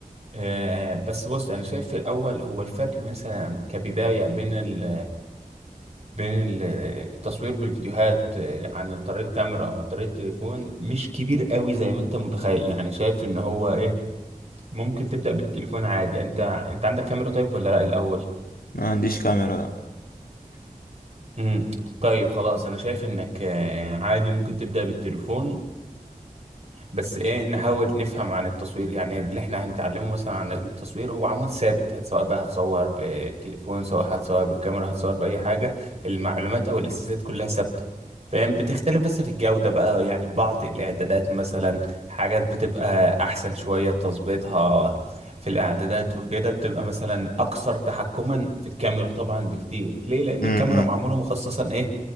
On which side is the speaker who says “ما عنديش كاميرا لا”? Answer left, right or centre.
Left